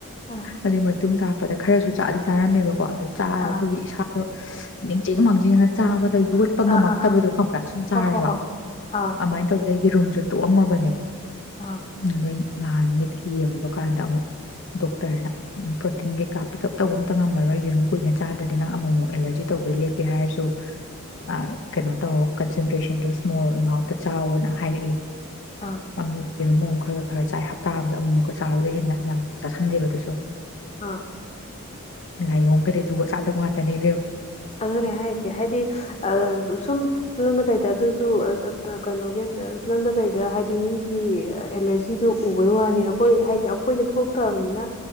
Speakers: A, on the left; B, on the left.
A: ꯑꯥ
B: ꯑꯗꯨꯏ ꯃꯇꯨꯡ ꯇꯥꯔꯛꯄ ꯄꯗ ꯈꯔꯁꯨ ꯆꯥꯗꯤ ꯆꯥꯔꯝꯃꯦꯕꯀꯣ ꯑꯗꯣ ꯆꯥꯔ
A: ꯑꯥ
B: ꯑꯩꯈꯣꯏꯒꯤ ꯏꯁꯥꯗꯣ <unintelligible> ꯃꯤꯡꯖꯦꯟ ꯃꯥꯡꯖꯦꯟ ꯅ ꯆꯥꯕꯥꯗꯩ ꯒꯠꯄ ꯉꯝꯃꯛꯇꯕꯗꯣ
A: ꯑꯥ ꯑꯥ
B: ꯈꯪꯕ꯭ꯔꯥ ꯁꯨꯝ ꯆꯥꯔꯁꯨ
A: ꯍꯣꯏ ꯍꯣꯏ ꯍꯣꯏ ꯑꯥ
B: ꯑꯗꯨꯃꯥꯏꯅ ꯇꯧꯗ ꯌꯦꯔꯨꯝꯁꯨ ꯇꯣꯛꯑꯝꯃꯕꯅꯦ
A: ꯑꯥ
B: ꯑꯗꯩꯩ ꯅꯍꯥꯟ ꯃꯤꯠꯀꯤ ꯌꯦꯡꯉꯨꯕ ꯀꯥꯟꯗ ꯑꯃꯨꯛ ꯗꯣꯛꯇꯔꯅ ꯄ꯭ꯔꯣꯇꯤꯟ ꯀꯩꯀꯥ ꯄꯤꯛ ꯎꯞ ꯇꯧꯕ ꯑꯝꯇ ꯉꯝꯃꯔꯣꯏ ꯌꯦꯔꯨꯝ ꯀꯨꯏꯅ ꯆꯥꯗ꯭ꯔꯗꯤ ꯅꯪ ꯑꯃꯨꯛꯃꯨꯛ ꯑꯦꯂꯔꯖꯤ ꯇꯧꯕꯩ ꯂꯦꯞꯄꯦ ꯍꯥꯏꯔꯁꯨ ꯑꯥ ꯀꯩꯅꯣ ꯇꯧ ꯀꯟꯁꯦꯟꯇ꯭ꯔꯦꯁꯟꯗꯣ ꯁꯃꯣꯜ ꯑꯦꯃꯥꯎꯟꯇ ꯆꯥꯎꯅ ꯍꯥꯏꯔꯛꯑꯦ
A: ꯑꯥ
B: ꯑ ꯌꯦꯔꯨꯝ ꯑꯃꯨꯛ ꯈꯔ ꯈꯔ ꯆꯥꯏ ꯍꯞꯇꯥ ꯑꯃꯨꯛꯃꯨꯀ ꯆꯕꯗꯒꯤ ꯍꯦꯟꯅ ꯌꯥꯝ ꯆꯥꯥꯁꯟꯗꯦꯕ ꯑꯗꯨꯁꯨ
A: ꯑꯥ
B: ꯂꯥꯏꯌꯣꯡꯒꯗꯤ ꯖꯨꯒꯣꯠ ꯆꯠꯕ ꯉꯥꯛꯇꯥꯅꯤ ꯏꯕꯦꯝꯃꯥ
A: ꯑꯗꯨꯅꯦ ꯍꯥꯏꯔꯤꯁꯦ ꯍꯥꯏꯗꯤ ꯁꯨꯝ ꯐꯤꯂꯝꯗ ꯀꯩꯗ ꯑꯗꯨꯁꯨ ꯀꯩꯅꯣꯒꯤ ꯐꯤꯂꯝꯗ ꯀꯩꯗ ꯍꯥꯏꯗꯤ ꯃꯤꯒꯤ ꯑꯦꯂꯔꯖꯤꯗꯨꯣ ꯎꯕꯩ ꯋꯥꯅꯤ ꯑꯩꯈꯣꯏ ꯍꯥꯏꯗꯤ ꯑꯩꯈꯣꯏꯗ ꯊꯣꯛꯇꯕꯅꯤꯅ